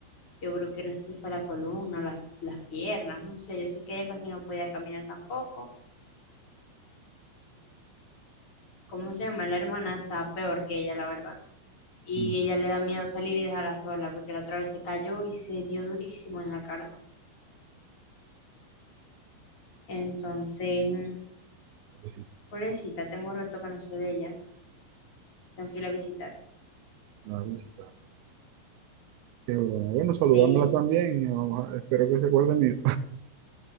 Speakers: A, on the left; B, on the right.
A: yo creo que no sé si fue la columna o las, las piernas, no sé, yo sé que ella casi no podía caminar tampoco. ¿cómo se llama? La hermana está peor que ella, la verdad. Y
B: mm,
A: ella le da miedo salir y dejarla sola, porque la otra vez se cayó y se dio durísimo en la cara. Entonces, mm,
B: sí,
A: pobrecita, tengo rato que no sé de ella. Tengo que ir a visitar.
B: no, la visita. Qué broma bueno, saludámosla
A: Sí,
B: también. y oja- espero que se acuerde de mí.